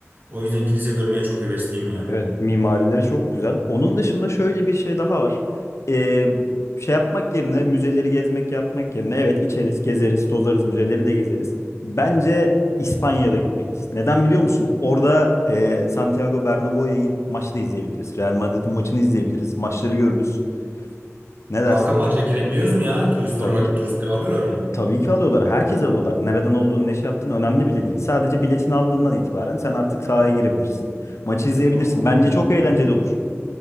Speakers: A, on the right; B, on the left.
A: O yüzden kilise görmeye çok hevesliyim yani.
B: Evet, mimarileri çok güzel. Onun dışında şöyle bir şey daha var. Ee, şey yapmak yerine müzeleri gezmek yapmak yerine evet içeriz, gezeriz, tozarız, müzeleri de gezeriz. Bence İspanya'da gitmeliyiz. Neden biliyor musun? Orada e, Santiago Bernabéu'ya gidip maçı da izleyebiliriz. Real Madrid'in maçını izleyebiliriz. Maçları görürüz. Ne dersin?
A: Kanka Ya. maça girebiliyoruz mu ya? Turist
B: Tabii
A: olarak
B: ki
A: turistleri alıyorlar mı?
B: tabii ki alıyorlar. Herkes alıyorlar. Nereden olduğunu, ne şey yaptığın önemli bile değil. Sadece biletini aldığından itibaren sen artık sahaya girebilirsin. Maçı izleyebilirsin.
A: Oo.
B: Bence çok eğlenceli olur.